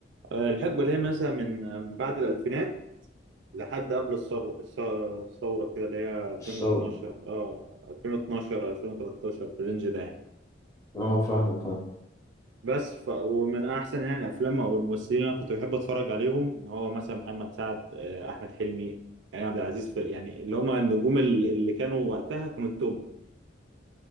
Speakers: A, on the right (about 85°); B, on the left (about 20°).
A: آه، الحقبة اللي هي مثلا من آه، من بعد الالفينات لحد قبل الثورة الث- الثورة كده اللي هي 2012
B: الصوت
A: اه 2012 2013 في الرينج ده يعني
B: أه فاهم فاهم
A: بس ف... ومن احسن يعني الافلام او الممثلين اللي انا كنت بحب اتفرج عليهم هو مثلا محمد سعد آه، احمد حلمي كريم عبد العزيز في... يعني اللي هم النجوم اللي اللي كانوا وقتها كانوا التوب